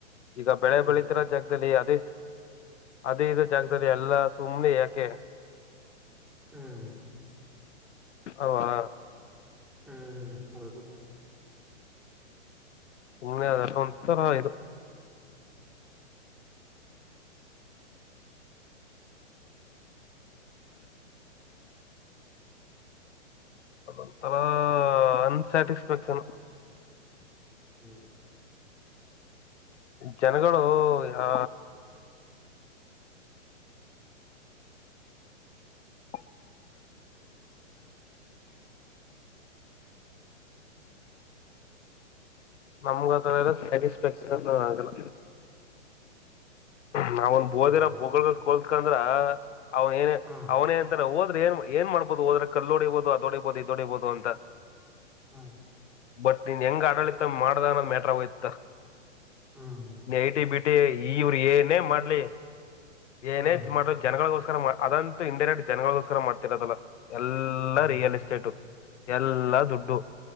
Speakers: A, on the left; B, in the centre.
A: ಈಗ ಬೆಳೆ
B: ಹ್ಮ್
A: ಬೆಳೀತಿರ ಜಾಗದಲ್ಲಿ ಅದೇ ಅದೇ ಇದ ಜಾಗದಲ್ಲಿ ಎಲ್ಲಾ ಸುಮ್ನೆ ಯಾಕೆ
B: ಹ್ಮ್
A: ಹಾ
B: ಹ್ಮ್ ಹೌದು
A: ಸುಮ್ಮ್ನೆ ಅ ಒಂತರ ಇದು ಅದೊಂಥರ ಅನ್ಸ್ಯಾಟಿಸ್ಫ್ಯಾಕ್ಷನ್
B: ಹೌದುು
A: ಜನಗಳು ಆ ಹ ನಮಗಥರ ಎಲ್ಲ ಸ್ಯಾಟಿಸ್ಫ್ಯಾಕ್ಷನ್ ಆಗಲ್ಲ ನಾವಂದ ಬಓೋದಿರ
B: ಇದೆಯಾ
A: ಬೊಗಳ ಕೋಲ್ತ್ಕಂದ್ರ ಹಾ ಅವನ ಏನ
B: ಹಾ
A: ಅವ್ನೇಂತ ಹೋದ ಏನ್ ಏನ್ ಮಾಡಬೋುದು ಹೋದ್ರ ಕಲ್ಲಲ್ೋಡಿಬಹುದು ಅದುೋಡಿಬೋುದು ಇದದುೋಡಿಬೋುದು ಅಂತ
B: ಹಾ
A: ಬಟ್ ನೀನ್ ಹೆಂಗ್ ಆಡಳಿತ ಮಾಡ್ದ ಅನ್ನದ್ ಮ್ಯಾಟ್ರ ಆಗೋಯ್ತ
B: ಹ್ಮ್
A: ನೈಟ ಬಿಟ್ಟ ಈ ಏನೇ ಮಾಡ್ಲಿ ಏನೇಜ್
B: ಹ್ಮ್
A: ಮಾಡೋ ಜನಗಳಗೋಸ್ ಸ್ ಅದಂತೂ ಇಡೈರೆಕ್ಟ್ ಜನಗಳಿೋಸ್ರ್ತಿರದಲ್ಲ ಎಲ್ಲಾ
B: ಹ್ಮ್
A: ರಿಯಲ್ ಎಸ್ಟೇಟು ಎಲ್ಲ ದುಡ್ಡು